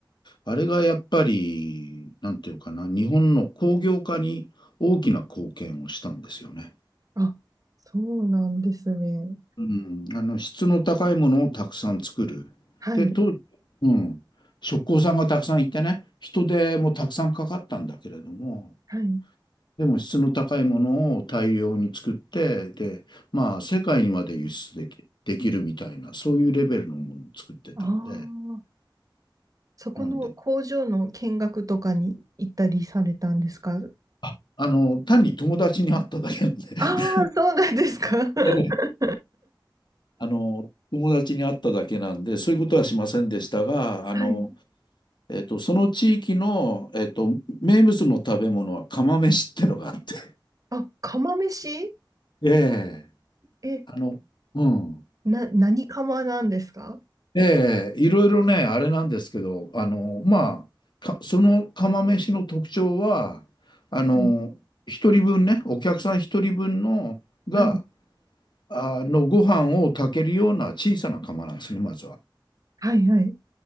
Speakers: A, on the left; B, on the right.
A: あれがやっぱり、なんていうかな、日本の工業化に大きな貢献をしたんですよね。
B: あ、そうなんですね。
A: うん、あの、質の高いものをたくさん作る。
B: はい、
A: で、当時、うん、職工さんがたくさんいてね、人手もたくさんかかったんだけれども、
B: はい。
A: でも質の高いものを大量に作って、で、まあ世界にまで輸出でき、できるみたいな、そういうレベルのものを作ってたんで、
B: ああ。そこの工場の見学とかに行ったりされたんですか
A: なんで、あ、あの、単に友達に会っただけなんで、
B: ああー、
A: <laughs>
B: そうなんですか。<laughs>
A: ええ、<laughs> あの、友達に会っただけなんで、そういうことはしませんでしたが、あの、
B: はい。
A: えっと、その地域の、えっと、名物の食べ物は釜飯ってのがあって、
B: あ、釜飯
A: <laughs> ええ、
B: え、
A: あの、うん。
B: な、何釜なんですか
A: ええ、いろいろね、あれなんですけど、あの、まあ、かその釜飯の特徴は、あの、
B: うん
A: 一人分ね、お客さん一人分の、が、
B: はい
A: あの、ご飯を炊けるような小さな釜なんですね、まずは。
B: はいはい